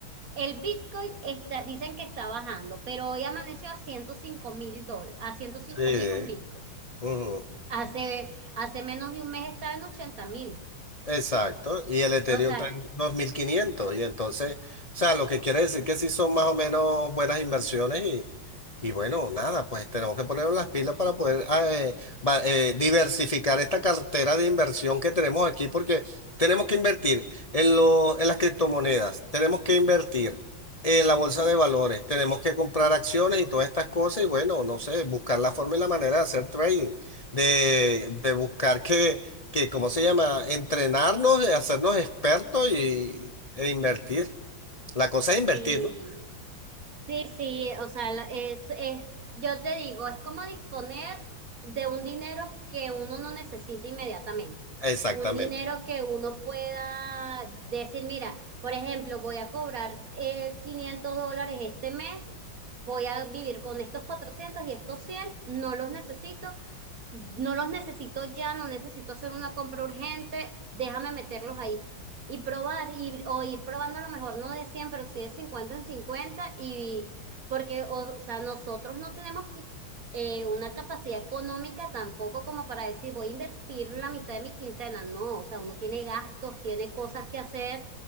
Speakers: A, on the right; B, on the left.
A: el Bitcoin está, dicen que está bajando, pero hoy amaneció a ciento cinco mil dólares, a ciento cinco
B: Sí.
A: mil un Bitcoin.
B: ujú.
A: Hace, hace menos de un mes estaba en ochenta mil.
B: Exacto, y el Ethereum
A: O sea,
B: está en 2500 y entonces, o sea, lo que quiere decir que sí son más o menos buenas inversiones y, y bueno, nada, pues tenemos que ponernos las pilas para poder ah, eh, va- eh, diversificar esta cartera de inversión que tenemos aquí, porque tenemos que invertir en lo- en las criptomonedas, tenemos que invertir en la bolsa de valores, tenemos que comprar acciones y todas estas cosas, y bueno, no sé, buscar la forma y la manera de hacer trading, de, de buscar que que, ¿cómo se llama? Entrenarnos, eh, hacernos expertos y, e invertir. La cosa es invertir,
A: Sí,
B: ¿no?
A: sí, sí, o sea, la- es, es, yo te digo, es como disponer de un dinero que uno no necesita inmediatamente,
B: Exactamente.
A: un dinero que uno pueda decir, mira, por ejemplo, voy a cobrar eh, 500 dólares este mes, voy a vivir con estos 400 y estos 100, no los necesito, no los necesito ya, no necesito hacer una compra urgente, déjame meterlos ahí y probar, y, o ir probando a lo mejor no de 100 pero sí de 50 en 50 y porque, o, o sea, nosotros no tenemos eh, una capacidad económica tampoco como para decir voy a invertir la mitad de mi quincena, no, o sea, uno tiene gastos, tiene cosas que hacer,